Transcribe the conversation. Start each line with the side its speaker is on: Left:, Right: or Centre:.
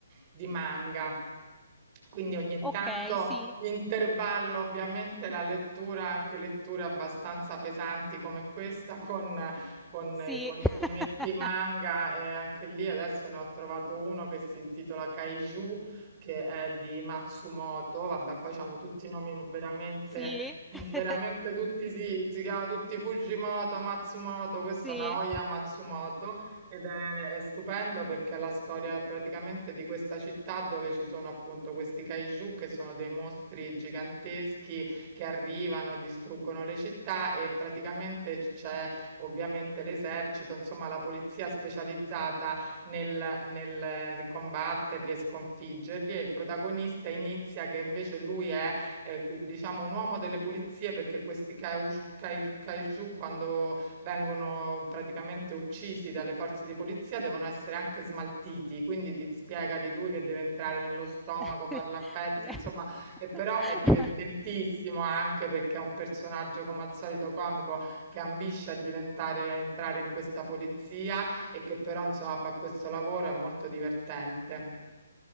Right: di manga. Quindi ogni
Centre: Okay,
Right: tanto
Centre: sì.
Right: intervallo ovviamente la lettura, anche letture abbastanza pesanti come questa, con, con,
Centre: Sì,
Right: con
Centre: <laughs>
Right: i fumetti manga e anche lì adesso ne ho trovato uno che si intitola Kaiju, che è di Matsumoto, vabbè poi hanno tutti i nomi veramente,
Centre: sì, <laughs>
Right: veramente tutti, si, si chiamano tutti Fujimoto, Matsumoto, questo
Centre: sì.
Right: Naoya Matsumoto, ed è, è stupendo perché è la storia praticamente di questa città dove ci sono appunto questi kaiju che sono dei mostri giganteschi che arrivano e distruggono le città e praticamente c- c'è ovviamente l'esercito, insomma la polizia specializzata nel, nel combatterli e sconfiggerli e il protagonista inizia che invece lui è eh, diciamo un uomo delle pulizie perché questi kaiju, kai- kaiju quando vengono praticamente uccisi dalle forze di polizia, devono essere anche smaltiti, quindi ti spiega di lui che deve entrare nello stomaco,
Centre: <laughs>
Right: farlo a pezzi, insomma, e però è divertentissimo anche perché è un personaggio come al solito comico che ambisce a diventare, a entrare in questa polizia e che però insomma fa questo lavoro, è molto divertente.